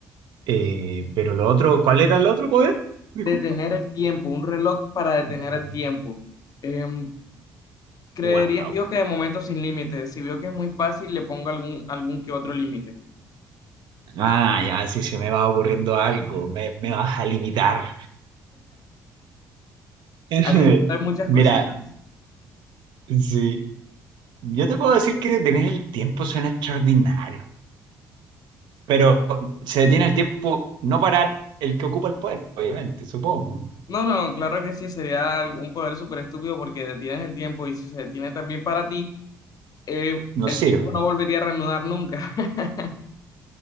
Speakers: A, on the right; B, on the left.
A: Eh, pero lo otro, ¿cuál era el otro poder? Disculpa.
B: Detener el tiempo, un reloj para detener
A: Detener.
B: el tiempo. Em, creería
A: wow
B: yo que de momento sin límites. Si veo que es muy fácil, le pongo algún, algún que otro límite.
A: Ah, ya, si se me va ocurriendo algo, me, me vas a limitar. <laughs>
B: Así hay muchas
A: Mira,
B: cositas.
A: sí, yo te puedo decir que detener el tiempo suena extraordinario, pero se detiene el tiempo no para el que ocupa el poder, obviamente, supongo.
B: No, no, claro que sí, sería un poder súper estúpido porque detienes el tiempo y si se detiene también para ti, eh,
A: No
B: el
A: sirve,
B: tiempo no volvería a reanudar nunca. <laughs>